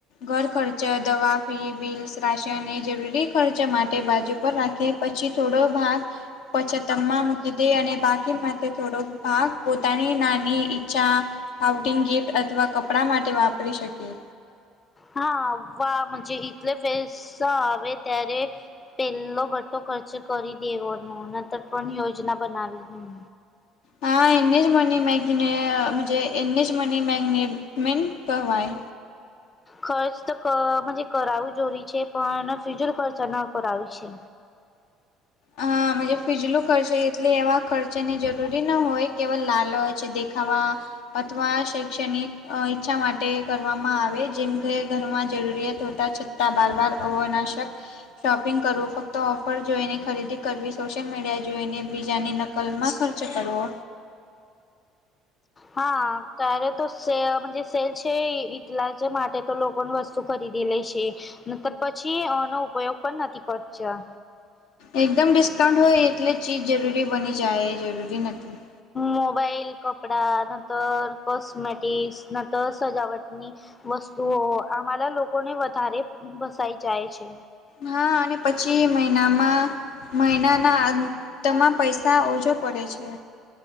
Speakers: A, on the left; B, on the left.
A: ઘર ખર્ચ દવા ફી બીલ્સ રાશન અને જરૂરી ખર્ચ માટે બાજુ પર રાખી પછી થોડો ભાગ પછત માં મૂકી દે અને બાકી માટે થોડો ભાગ પોતાની નાની ની ઈચ્છા ફાઉટિંગ ગિફ્ટ અથવા કપડાં માટે વાપરી શકીએ.
B: હા વા મજે એટલે ફેરે સા આવે ત્યારે પેલો બટો ખર્ચ કરી દેવોનો નંતર પણ યોજના બનાવી
A: હા એન્નેજ મની મેગનેજ એડનેજ મની મેગનેજ મેન્ટ કહેવાય
B: ખર્ચ તો મુજે કરાવું જોરી છે પણ ફિજુલ ખર્ચ ન કરાવી છે.
A: હા મુજે ફીજલું ખર્ચે એટલે એવા ખર્ચની જરૂરી ના હોય કેવલ લાલ હોય છે દેખાવામાં અથવા શૈક્ષણિક ઈચ્છા માટે કરવામાં આવે જેમ કે ઘરમાં જરૂરિયાત હોતા છે. બારબાર અવનાશક શોપિંગ કરવું ફક્ત ઓફર જોઈને ખરીદી કરવી સોશિયલ મીડિયા જોઈને બીજાની નકલમાં ખર્ચ કરવો.
B: હા ત્યારે તો સે સેલ છે ઈટલા જ માટે તો લોકો વસ્તુ કરી દે લે છે નકર પછી અનો ઉપયોગ પણ નથી કરચા
A: એકદમ ડિસ્કાઉન્ટ હોય એટલે ચીજ જરૂરી બની જાય એ જરૂરી નથી.
B: મોબાઈલ કપડા ન તો કોસ્મેેટિકસ ન તો સજાવટની વસ્તુઓ આમાંલા લોકોને વધારે વસાઈ જાય છે.
A: હા અને પછી મહિનામાં મહિનાના અંતમાં પૈસા ઓછો પડે છે.